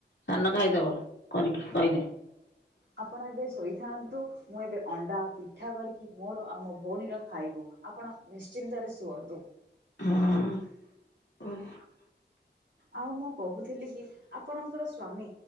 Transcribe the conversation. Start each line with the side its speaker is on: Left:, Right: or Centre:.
Left: ସାନ ଖାଇଦବ, କରିକି <unintelligible>
Right: ଆପଣ ଏବେ ଶୋଇଥାନ୍ତୁ ମୁଁ ଏବେ ଅଣ୍ଡା ପିଠା କରିକି ମୋର ଆଉ ମୋ ଭଉଣୀର ଖାଇବୁ ଆପଣ ନିଶ୍ଚିନ୍ତରେ ଶୁଅନ୍ତୁ।
Left: ହଁ।
Right: ଆଉ ମୁଁ କହୁଥିଲି କି ଆ ଆପଣ ଙ୍କ ସ୍ଵାମୀ